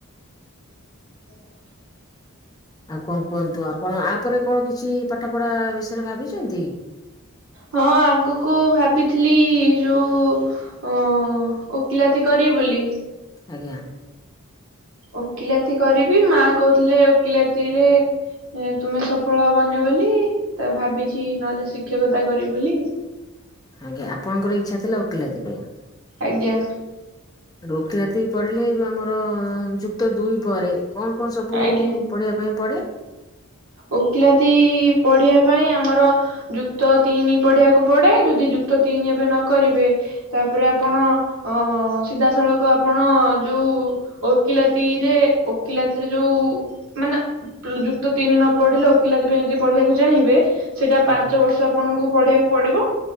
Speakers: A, on the right; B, on the left.
A: <inaudible>
B: ଆଉ କଣ କୁହନ୍ତୁ, ଆପଣ ଆପରେ କଣ କିଛି ପାଠ ପଢ଼ା ବିଷୟରେ ଭାବିଛନ୍ତି?
A: ହଁ ଆଗକୁ ଭାବିଥିଲି ଯୋଉ ଓ ଓକିଲାତି କରିବି ବୋଲି
B: ଆଜ୍ଞା।
A: ଓକିଲାତି କରିବି ମା କହୁଥିଲେ ଓକିଲାତି ରେ ଏ ତୁମେ ସଫଳ ହେବନି ବୋଲି ତ ଭାବିଛି ନହେଲେ ଶିକ୍ଷକତା କରିବି ବୋଲି।
B: ଆଜ୍ଞା ଆପଣଙ୍କର ଇଚ୍ଛା ଥିଲା ଓକିଲାତି ପାଇଁ?
A: ଆଜ୍ଞା।
B: ଓକିଲାତି ପଢ଼ିଲେ ଯୋଉ ଆମର ଯୁକ୍ତ ଦୁଇ ପରେ କଣ କଣ ସବୁ
A: ଆଜ୍ଞା
B: ପଢ଼ିବା ପାଇଁ ପଡ଼େ?
A: ଓକିଲାତି ପଢ଼ିବା ପାଇଁ ଆମର ଯୁକ୍ତ ତିନି ପଢ଼ିବାକୁ ପଡ଼େ। ଯଦି ଯୁକ୍ତ ତିନି ଏବେ ନ କରିବେ ତାପରେ ଆପଣ ଅ ସିଧାସଳଖ ଆପଣ ଯୋଉ ଓକିଲାତିରେ ଓକିଲାତିରେ ଯୋଉ ମାନେ ଯୁକ୍ତ ତିନି ନ ପଢ଼ିଲେ ଓକିଲାତି ପାଇଁ ଯଦି ପଢ଼ିବାକୁ ଚାହିଁବେ ସେଟା ପାଞ୍ଚ
B: ଆଜ୍ଞା
A: ବର୍ଷ ଆପଣଙ୍କୁ ପଢ଼ିବାକୁ ପଡ଼ିବ,